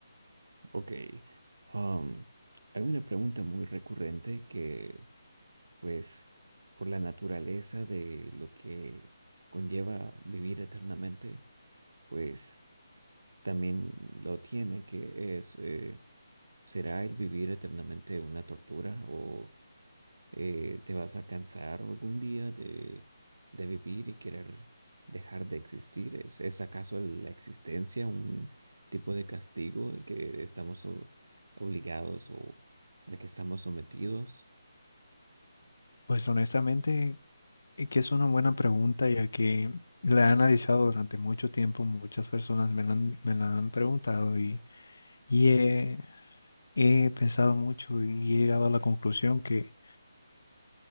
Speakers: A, on the right; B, on the left.
A: Ok, um, hay una pregunta muy recurrente que, pues, por la naturaleza de lo que conlleva vivir eternamente, pues también lo tiene, que es, eh, ¿será el vivir eternamente una tortura o... eh, te vas a cansar algún día de, de vivir y querer dejar de existir. ¿Es, es acaso la existencia un tipo de castigo al que estamos o- obligados o al que estamos sometidos?
B: Pues honestamente... Y que es una buena pregunta, ya que la he analizado durante mucho tiempo, muchas personas me la han, me la han preguntado y, y he, he pensado mucho y he llegado a la conclusión que,